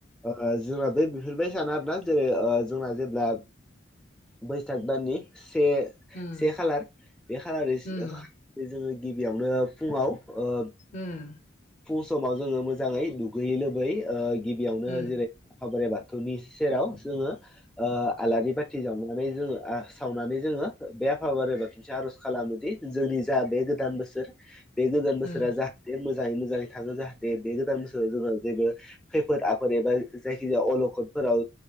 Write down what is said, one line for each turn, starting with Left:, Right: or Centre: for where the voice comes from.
Centre: ओ जोंना बै बेफोरबायदि साना आरोना जेरै जोंना जेब्ला बैसाग दाननि से
Left: उम
Centre: से खालार बे खालारनिस
Left: उम
Centre: जोङो गिबियावनो फुङाव ओ
Left: उम
Centre: फुं समाव जोङो मोजाङै दुगैयै लोबै ओ गिबियावनो
Left: उम
Centre: जेरै आफा-बोराइ बाथौनि सेराव जोङो ओ आलारि बाथि जावनानै जोङो सावनानै जोङो बे आफा-बोराइ बाथौनिसिम आर'ज खालामोदि जोंनि जा बे गोदान बोसोर बे गोदान बोसोरा
Left: उम
Centre: जाहाथे मोजाङै-मोजाङै थाङो जाहाथे बे गोदान बोसोराव जोङो जेबो खै फोद-आफोद एबा जायखिजाया अलखदफोराव